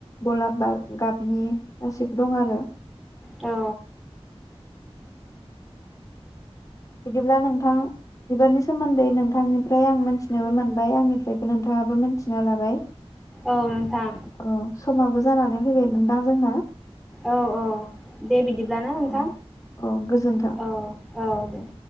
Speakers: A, on the left (about 35°); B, in the centre.
A: गलाब बार गाबनि गासिबो दं आरो
B: औ
A: बिदिब्ला नोंथां बिबारनि सोमोन्दै नोंथांनिफ्राय आं मोनथिनोबो मोनबाय आंनिफ्रायबो नोंथाङाबो मोनथिना लाबाय
B: औ नोंथां
A: अ समाबो जानानै फैबायमोन दा जोंना
B: औ औ दे बिदिब्लाना नोंथां
A: औ औ गोजोन्थों
B: औ औ दे